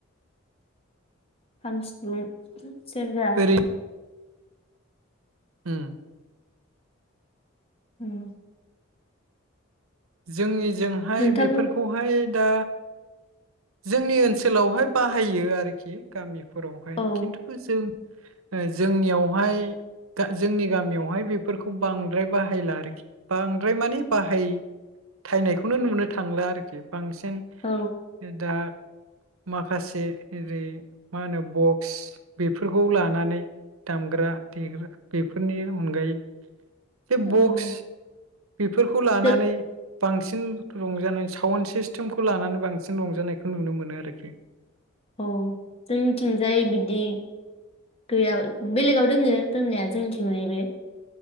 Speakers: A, on the left; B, on the right.
A: खाम, सिफुं सेरजा
B: ओरै उम
A: उम
B: जोंनि जोंहाय
A: नोंथां
B: बेफोरखौहाय दा जोंनि ओनसोलावहाय बाहायो आरोखि गामि फोरावहाय
A: औ
B: खिन्थु जों ओजोंनियावहाय गा जोंनि गामियावहाय बेफोरखौ बांद्राय बाहायला आरोखि बांद्राय माने बाहाय थायनायखौनो नुनो थांला आरोखि बांसिन
A: औ
B: दा माखासे ओरै मा होनो बक्स बेफोरखौ लानानै दामग्रा देग्रा बेफोरनि अनगायै बे
A: औ
B: बक्स बेफोरखौ लानानै
A: जो
B: बांसिन रंजानाय साउन्ड सिस्टेमखौ लानानै बांसिन रंजानायखौ नुनो मोनो आरोखि
A: औ जोंनिथिंजाय बिदि गैया बेलेगाव दोङो दोंनाया जोंनिथिं बे